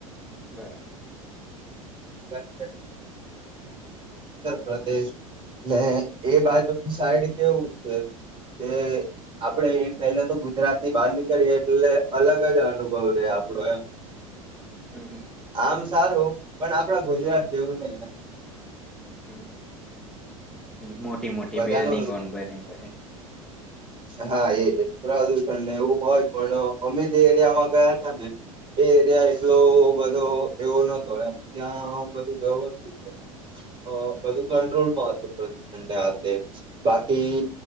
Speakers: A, in the centre; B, on the right.
A: બરાબર
B: ર પ્રદેશ ને એ બાજુની સાઈડ કેવું છે કે આપડે એ પેલા તો ગુજરાતીની બાર ની કરીએ એટલે અલગ જ અનુભવ રહે આપડો એમ
A: હમ
B: આમ સારું પણ આપણા ગુજરાત જેવું નહીિ એમ
A: હા અને મોટી મોટી
B: બધાનો
A: બિલ્ડિંગોન બને <inaudible>
B: હા એજ પ્રદુષણ ને એવું હોય પણ અમે જે એરિયામાં ગયા હતા ને એ એરિયા એટલો બધો એવું નતો એમ ત્યાં બધું વ્યવસ્થિત હતું બધું કંટ્રોલમાં હતું પ્રદુષણને હથે બાકી